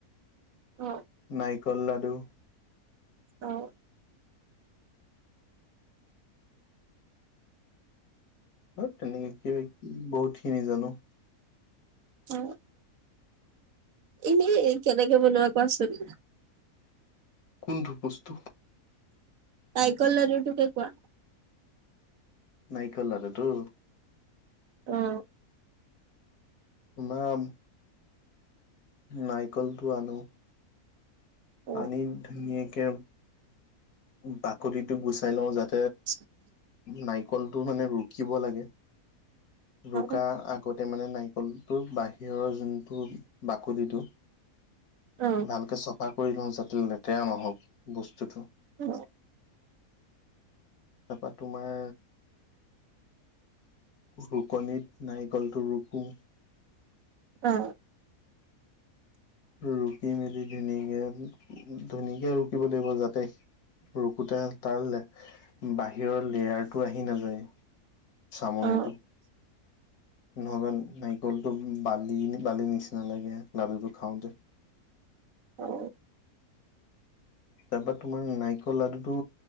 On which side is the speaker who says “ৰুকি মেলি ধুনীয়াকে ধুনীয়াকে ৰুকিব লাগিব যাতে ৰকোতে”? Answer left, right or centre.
Left